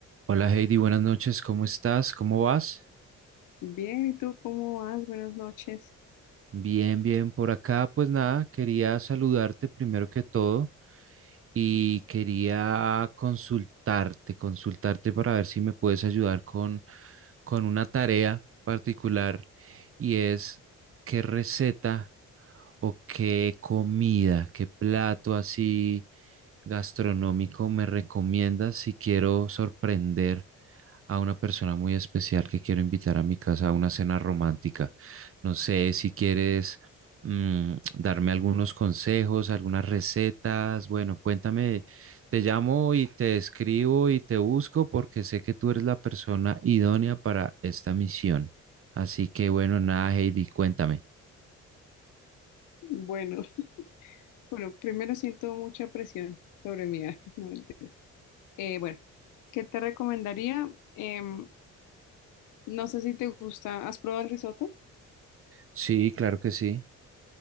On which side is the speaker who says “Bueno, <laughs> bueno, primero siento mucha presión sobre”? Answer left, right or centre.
Left